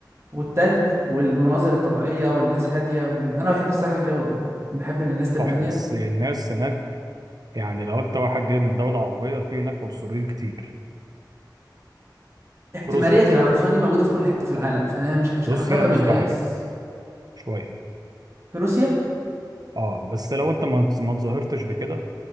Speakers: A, on the right (about 35°); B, on the right (about 55°).
A: والتلج والمناظر الطبيعيه والناس هاديه وال... انا بحب الصراحه الجو ده بحب ان الناس تبقى
B: صح
A: هاديه
B: بس الناس هناك يعني لو أنت واحد جاي من دولة عربية في هناك عنصريين كتير
A: احتمالية
B: روسيا
A: العنصرية دي موجودة في كل حتة في العالم فأنا مش مش
B: روسيا
A: بحطها كمقياس
B: نسبة عالية شوية
A: في روسيا
B: اه بس لو انت ما ما تظاهرتش بكده